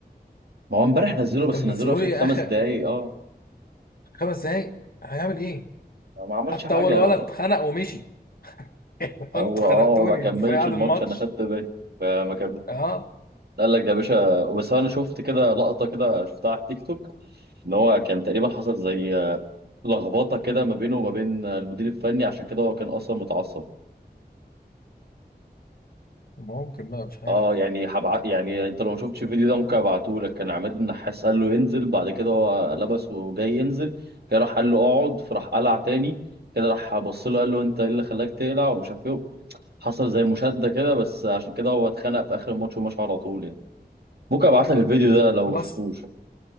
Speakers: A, on the right (about 70°); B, on the left (about 60°).
A: ما هو امبارح نزله
B: انت
A: بس
B: منزله
A: نزله آخر
B: لي
A: خمس
B: اخر
A: دقايق أه
B: خمس دقايق هيعمل ايه
A: ما عملش
B: حتى
A: حاجة
B: اول
A: يعتبر
B: ولد خنق ومشي <laughs>
A: هو
B: انتوا خنقتوني
A: أه ما كملش
B: في قعد
A: الماتش
B: الماتش
A: أنا خدت بالي فما كمل
B: اه
A: قال لك ده يا باشا بس أنا شفت كده لقطة كده شفتها على التيك توك إن هو كان تقريبا حصل زي لخبطه كده ما بينه وما بين المدير الفني عشان كده هو كان اصلا متعصب
B: ممكن بقى مش عارف
A: اه يعني هبع... يعني انت لو ما شفتش الفيديو ده ممكن ابعته لك كان عماد النحاس قال له ينزل بعد كده هو لبس وجاي ينزل كده راح قال له اقعد فراح قلع تاني كده راح بص له قال له انت ايه اللي خلاك تقلع ومش عارف ايه حصل زي مشادة كده بس عشان كده هو اتخانق في اخر الماتش ومشى على طول يعني ممكن ابعت لك الفيديو ده لو
B: خلاص
A: ما شفتوش